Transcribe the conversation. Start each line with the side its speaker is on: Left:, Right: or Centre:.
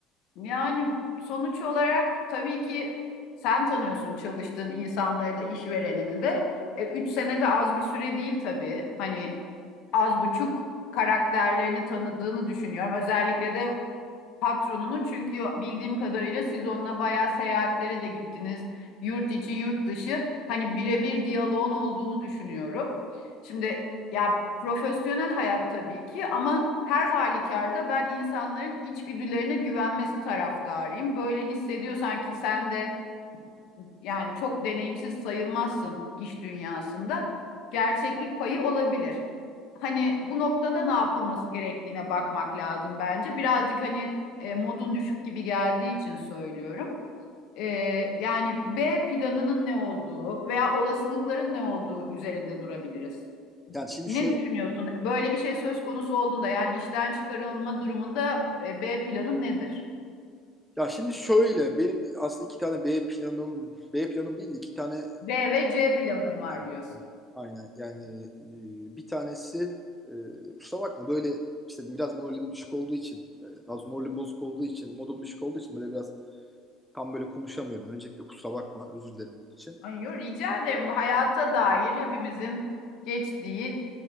Left: Yani sonuç olarak tabii ki sen tanıyorsun çalıştığın insanları da işverenini de. E, üç sene de az bir süre değil tabii. Hani az buçuk karakterlerini tanıdığını düşünüyorum. Özellikle de patronunun çünkü bildiğim kadarıyla siz onunla bayağı seyahatlere de gittiniz. Yurt içi, yurt dışı. Hani birebir diyaloğun olduğunu düşünüyorum. Şimdi ya profesyonel hayat tabii ki ama her halükarda ben insanların içgüdülerine güvenmesi taraftarıyım. Böyle hissediyorsan ki sen de yani çok deneyimsiz sayılmazsın iş dünyasında. Gerçeklik payı olabilir. Hani bu noktada ne yapılması gerektiğine bakmak lazım bence. Birazcık hani e, modun düşük gibi geldiği için söylüyorum. E, yani B planının ne olduğu veya olasılıkların ne olduğu üzerinde durabiliriz.
Centre: Yani şimdi
Left: Ne
Centre: şöyle
Left: düşünüyorsun? Böyle bir şey söz konusu olduğunda yani işten çıkarılma durumunda e, B planın nedir?
Centre: ya şimdi şöyle benim aslında iki tane B planım B planım değil de iki tane
Left: B ve C planın var
Centre: Aynen
Left: diyorsun.
Centre: Aynen. yani e, bir tanesi e, kusura bakma böyle işte biraz moralim düşük olduğu için e, biraz moralim bozuk olduğu için modum düşük olduğu için böyle biraz tam böyle konuşamıyorum. Öncelikle kusura bakma özür dilerim bunun için.
Left: Ay yo, rica ederim. Bu hayata dair hepimizin geçtiği